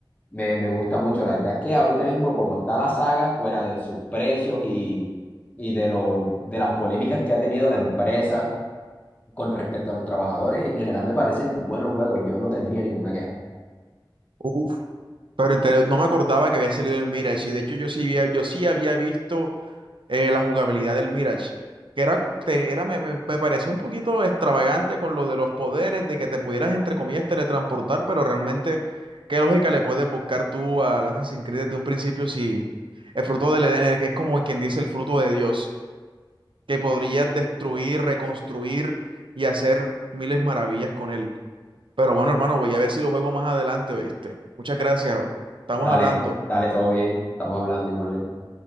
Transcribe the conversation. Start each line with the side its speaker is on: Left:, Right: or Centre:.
Left: me, me gusta mucho. La verdad es que ahorita mismo, como está la saga, fuera de sus precios y, y de lo, de las polémicas que ha tenido la empresa con respecto a los trabajadores, en general me parecen buenos juegos. Yo no tendría ninguna queja.
Right: Uf, pero inter- no me acordaba que había salido el Mirage y de hecho yo sí había, yo sí había visto eh, la jugabilidad del Mirage, que era, te- era me, me- me parecía un poquito extravagante con lo de los poderes, de que te pudieras, entre comillas, teletransportar, pero realmente, ¿qué lógica le puedes buscar tú al Assassin's Creed desde un principio si el fruto del Edén es como quien dice el fruto de Dios, que podrías destruir, reconstruir y hacer miles maravillas con él? Pero bueno, hermano, voy a ver si lo juego más adelante, ¿oíste? Muchas gracias, estamos
Left: Dale,
Right: hablando.
Left: dale, todo bien. Estamos hablando igualmente.